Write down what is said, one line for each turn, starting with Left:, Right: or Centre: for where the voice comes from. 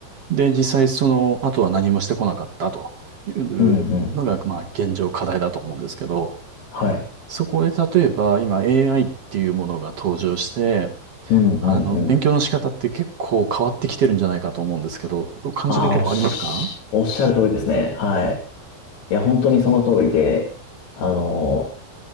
Right: で、実際その後は何もしてこなかったというのが、
Left: うんうん。
Right: まあ現状課題だと思うんですけど、
Left: はい。
Right: そこで例えば今 AI っていうものが登場して、
Left: うんうんうん。
Right: あの、勉強の仕方って結構変わってきてるんじゃないかと思うんですけど、そう感じるとこありますか
Left: ああ、おっし、おっしゃる通りですね。はい。いや、本当にその通りで、あの、